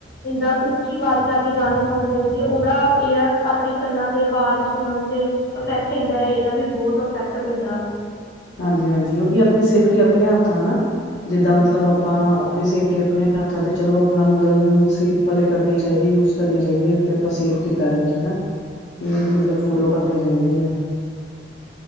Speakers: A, on the left; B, on the left.
A: ਇਦਾ ਉੱਚੀ ਆਵਾਜ਼ ਕਰਕੇ ਗਾਣੇ ਸੁਣਦੇ ਰਹਿੰਦੇ ਆ, ਉਹਦਾ ਏਅਰ ਆਪਣੇ ਕੰਨਾਂ ਤੇ ਆਵਾਜ਼ ਸੁਣਨ ਤੇ ਇਫੈਕਟ ਹੁੰਦਾ ਇਹਦਾ ਵੀ ਬਹੁਤ ਇਫੈਕਟ ਪੈਂਦਾ ਵਾ
B: ਹਾਂਜੀ ਹਾਂਜੀ ਉਹੀ ਆਪਣੀ ਸੇਫਟੀ ਆਪਣੇ ਹੱਥ ਆ ਜਿੱਦਾਂ
A: ਹਾਂਜੀ
B: ਮਤਲਬ ਆਪਾਂ ਆਪਣੀ ਸੇਫਟੀ ਆਪਣੇ ਹੱਥਾਂ ਤੇ ਚਲੋ ਆਪਣਾ ਮਤਲਬ, ਰੂਲ ਸੇ ਵਾਲੇ ਕਰਨੇ ਹੀ ਚਾਹੀਦੇ ਯੂਜ ਕਰਨੇ ਚਾਹੀਦੇ। ਆਪਾਂ ਸੇਫ ਕਿੱਦਾਂ ਰਹੀਏ ਹਨਾ,
A: <unintelligible>
B: ਮਤਲਬ ਫੋਲੋ ਕਰਨੇ ਚਾਹੀਦੇ ਨੇ,